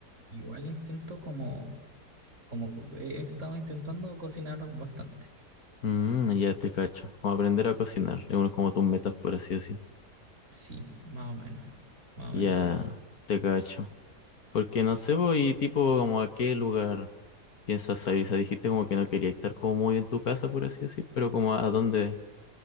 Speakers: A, on the right; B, on the left.
A: igual intento como, como co- he estado intentando cocinar bastante.
B: Mm, ya te cacho. Como aprender a cocinar. Es uno como tus metas, por así decir.
A: Sí, más o menos, más
B: Ya
A: o menos sí.
B: te cacho. Porque no sé, ¿voy tipo, como a qué lugar piensas salir. O sea, dijiste como que no quería estar como muy en tu casa, por así decir, pero como a dónde